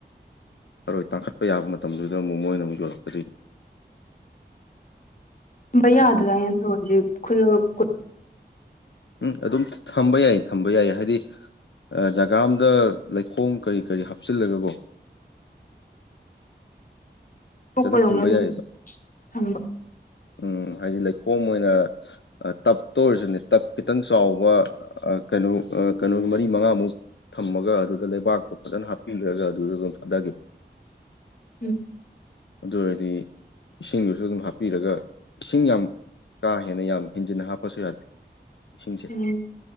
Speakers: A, on the left (about 85°); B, on the left (about 45°).
A: ꯊꯔꯣꯏ ꯇꯥꯡꯈꯠꯄ ꯌꯥꯕ ꯃꯇꯝꯗꯨꯗ ꯑꯃꯨꯛ ꯃꯣꯏꯅ ꯑꯃꯨꯛ ꯌꯣꯜꯛꯀꯗꯣꯏꯅꯤ꯫
B: ꯊꯝꯕ ꯌꯥꯗꯥꯔꯅꯦ
A: ꯑꯗꯨ
B: ꯊꯔꯣꯏꯖꯦ ꯈꯨꯜꯂꯒ <unintelligible>
A: ꯎꯝ ꯑꯗꯨꯝ ꯊꯝꯕ ꯌꯥꯏ ꯊꯝꯕ ꯌꯥꯏ ꯍꯥꯏꯗꯤ꯫ ꯑ ꯖꯒꯥ ꯑꯝꯗ ꯂꯩꯈꯣꯝ ꯀꯔꯤ ꯀꯔꯤ ꯍꯥꯞꯆꯤꯜꯂꯒ ꯀꯣ꯫ ꯐꯖꯅ
B: ꯇꯣꯛꯄꯗꯧꯅ
A: ꯊꯝꯕ
B: ꯑꯗꯨꯝ
A: ꯌꯥꯏꯌꯦꯕ
B: ꯊꯝꯕ
A: ꯎꯝ ꯍꯥꯏꯗꯤ ꯂꯩ ꯍꯣꯝ ꯑꯣꯏꯅ ꯑ ꯇꯞ ꯇ ꯑꯣꯏꯖꯨꯅꯦ ꯇꯞ ꯈꯤꯇꯪ ꯆꯥꯎꯕ ꯑ ꯀꯩꯅꯣ ꯑ ꯀꯩꯅꯣ ꯃꯔꯤ ꯃꯉꯥꯃꯨꯛ ꯊꯝꯃꯒ ꯑꯗꯨꯗ ꯂꯩꯕꯥꯛꯇꯣ ꯐꯖꯅ ꯍꯥꯞꯄꯤꯒ꯭ꯔꯒ ꯑꯗꯨꯗ ꯑꯗꯨꯝ ꯊꯥꯗꯒꯤ
B: ꯎꯝ
A: ꯑꯗꯨ ꯑꯣꯏꯔꯗꯤ ꯏꯁꯤꯡꯗꯨꯁꯨ ꯑꯗꯨꯝ ꯍꯥꯞꯄꯤꯔꯒ ꯏꯁꯤꯡ ꯌꯥꯝ ꯀꯥ ꯍꯦꯟꯅ ꯌꯥꯝ ꯍꯦꯟꯖꯤꯟꯅ ꯍꯥꯞꯄꯁꯨ ꯌꯥꯗꯦ ꯏꯁꯤꯡꯁꯦ
B: ꯎꯝ